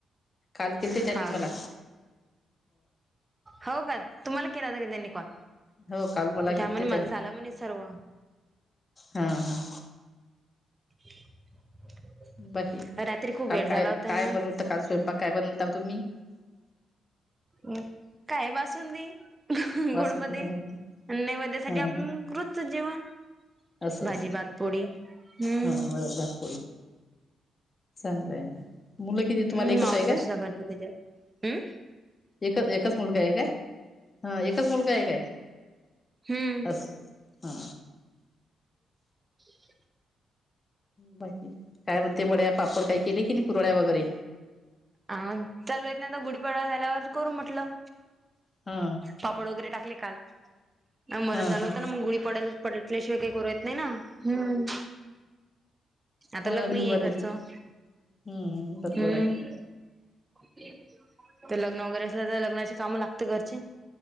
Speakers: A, on the left; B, on the right.
A: काल केलते
B: हाव
A: त्यांनी मला
B: काय? हो का तुम्हाला केला होता का त्यांनी कॉल
A: हो काल मला
B: त्या
A: केलते
B: म्हणी माझं झालं म्हणी सर्व
A: हम हम
B: <inaudible>
A: बाकी
B: रात्री खूप
A: काल
B: वेळ झाला
A: काय
B: होता
A: काय
B: ना.
A: बनवलत काल स्वयंपाक काय बनवलता व तुम्ही
B: मी काय बासूनंदी
A: वासुकी
B: गोडमध्ये
A: बनवते
B: नैवेद्यसाठी
A: हा
B: आपण
A: हा
B: रोचच जेवण
A: असं
B: भाजी
A: असं
B: भातपोळी हम्म
A: हा वरण भात चांगलं आहे ना मुलं किती तुम्हाला
B: हम्म
A: एकच
B: मावस
A: आहे काय?
B: करते दोन्ही जन हम्
A: एकच एकच मुलगा आहे काय हा एकच मुलगा हाय काय?
B: हम्म
A: असो हा
B: ह <inaudible>
A: बाकी काय म्हणते बड्या पापड काय केले की नाही कुरड्या वगैरे
B: आ चालू आहेत ना तर गुढीपाडवा झाल्यावर करू म्हटलं
A: हा
B: पापड वगैरे टाकले काल मरण
A: हा
B: झालं
A: हा
B: होत ना मग गुढी पडल पडल्याशिवाय काही करू येत नाही ना हम आता
A: हो
B: लग्न
A: ना मी
B: आहे
A: उभारले
B: घरचं
A: हम्म बरोबर
B: हम्म
A: आहे
B: तर लग्न वगैरे असल तर लग्नाची काम लागते घरची